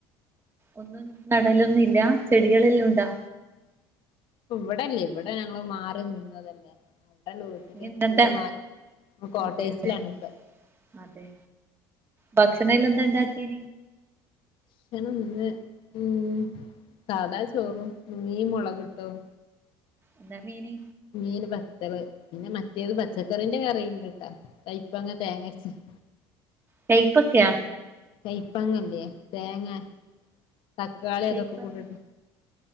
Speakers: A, on the right (about 25°); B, on the left (about 65°).
A: ഒന്നും നടലൊന്നുല്ല ചെടികളെല്ലാണ്ടോ?
B: ഇവടെല്ലേ ഇവടെ ഞങ്ങൽ മാറി നിന്നതല്ലേ ഇവടല്ല വീട്ടിൽ
A: ഇനി എന്തെണ്ടാ
B: കോട്ടേഴ്സിൽ
A: അതെ അതെ
B: ആണ്.
A: അതെ ഭക്ഷണ അല്ലോ എന്താ ഉണ്ടാക്കി.
B: ഭക്ഷണം ന്ന് മ് സാധാ ചോറും മീം മുളകിട്ടദും
A: എന്താ മീന്?
B: മീൻ ബത്തള് പിന്നെ മറ്റേത് പച്ചക്കറിന്റെ കറീണ്ട്ട്ടാ. കൈപ്പങ്ങ തേങ്ങരച്ചത്.
A: കൈപക്കയാ?
B: കയ്പ്പങ്ങല്ലേ തേങ്ങ തക്കാളി
A: കൈപ്പങ്ങ
B: അതൊക്കെ കൂടെട്ട്.